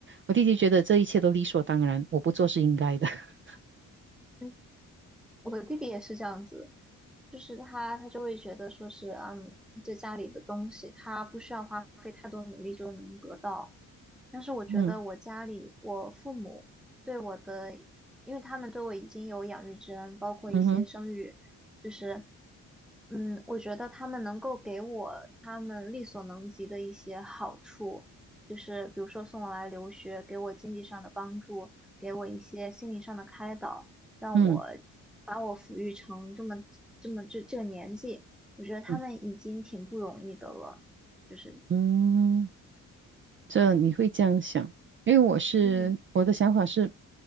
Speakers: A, on the right; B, in the centre.
A: 我弟弟觉得这一切都理所当然，我不做是应该的。<laughs>
B: 嗯，我的弟弟也是这样子，就是他他就会觉得说是，嗯，这家里的东西他不需要花费太多努力就能得到。但是我觉得我家里我父母对我的，
A: 嗯
B: 因为他们对我已经有养育之恩，包括一些生育，
A: 嗯哼
B: 就是嗯，我觉得他们能够给我他们力所能及的一些好处，就是比如说送我来留学，给我经济上的帮助，给我一些心灵上的开导，让我
A: 嗯
B: 把我抚育成这么这么这这个年纪，我觉得他们已经挺不容易的了，
A: 嗯
B: 就是
A: 嗯。这你会这样想，因为我是我的想法是，
B: 嗯，